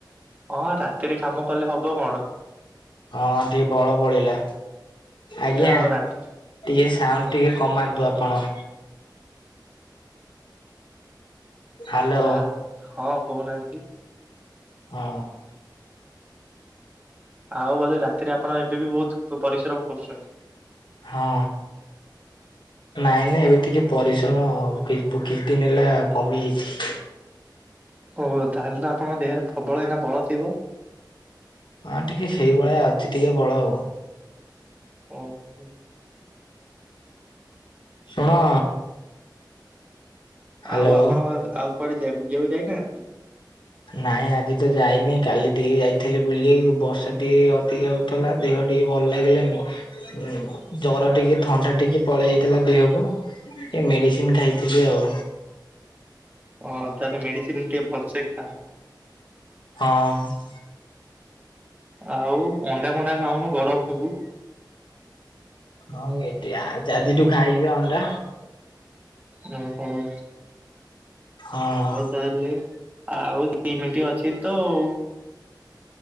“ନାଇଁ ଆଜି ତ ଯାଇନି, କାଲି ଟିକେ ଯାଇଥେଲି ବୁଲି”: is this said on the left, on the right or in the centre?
Left